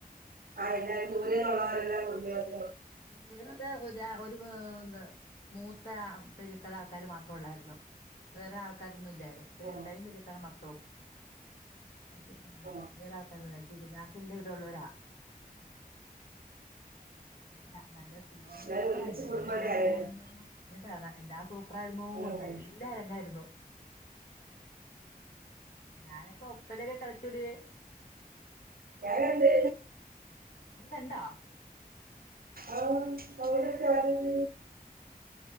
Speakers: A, on the right; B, on the left.
A: അയലത്തുപുരിയുള്ളവരെല്ലാം കുടുംബ യോഗത്തിന്
B: <unintelligible> എന്ത് മൂത്ത പെരിയത്തെടെ ആൾക്കാര് മാത്ര ഉള്ളായിരുന്നു വേറെ ആൾക്കാർ ഒന്നുല്ലായിരിന്നു പെരിയത്തായും
A: ആ
B: പെരിയത്താടെ മക്കളും പക്ഷെ
A: ആ
B: വേറെ ആൾക്കാര്ണ്ടായില്ല <unintelligible> ഇവിടെള്ളോരാ അല്ല നല്ല സൂപ്പറായിട്ട്
A: എല്ലാവരും ഒരുമിച്ച് കുടുംബമല്ലേ
B: എല്ലാരങ്ങായിരുന്നു
A: ആരായിരുന്നു
B: എന്താന്നൊ എല്ലാ സു അഭിപ്രായിരുന്നു
A: ഉം.
B: നല്ല അരങ്ങായിരുന്നു ഞാനൊക്കെ ഒപ്പനൊക്കെ കളിച്ചുടെ
A: വേറെന്ത്
B: ഇജ് കണ്ടാ
A: ആ അവരൊക്കെ ആര്ത്